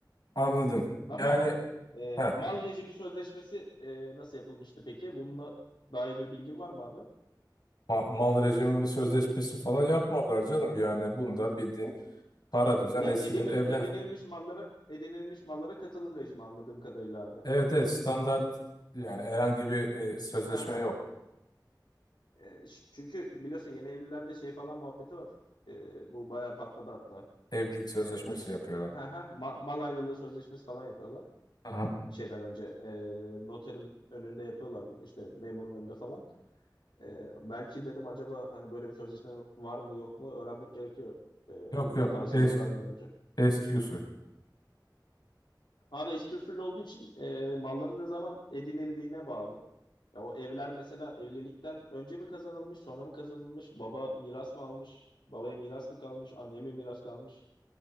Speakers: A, on the left (about 60°); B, on the left (about 85°).
A: Anladım.
B: Ama
A: Yani
B: e,
A: heh,
B: mal rejimi sözleşmesi e, nasıl yapılmıştı peki? Bununla dair bir bilgin var mı abi?
A: ma- mal rejimi ve sözleşmesi falan yapmadılar canım. Yani bunu da bildiğin para düzen
B: Ya
A: eskiden
B: edinil,
A: evlen.
B: edinilmiş mallara edinilmiş mallara katılım rejimi anladığım kadarıyla abi.
A: Evet evet standart yani herhangi bir e, sözleşme
B: Ha ha.
A: yok.
B: E, ş- çünkü biliyorsun yeni evlilerde şey falan muhabbeti var. E, bu bayağı patladı hatta.
A: Evlilik sözleşmesi
B: E, işte.
A: yapıyorlar.
B: Ha ha. Ma- mal ayrılığı sözleşmesi falan yapıyorlar.
A: Aha.
B: Şeyden önce e, noterin önünde yapıyorlar bunu işte memurun önünde falan. Ee, belki dedim acaba hani böyle bir sözleşme var mı yok mu öğrenmek gerekiyor ee,
A: Yok
B: bu
A: yok
B: tavsiyeleri
A: eski,
B: vermeden önce.
A: eski usul.
B: Abi eski usul olduğu için ee, malların ne zaman edinildiğine bağlı. Ya o evler mesela evlilikten önce mi kazanılmış, sonra mı kazanılmış, baba miras mı almış, babaya miras mı kalmış, anneye mi miras kalmış,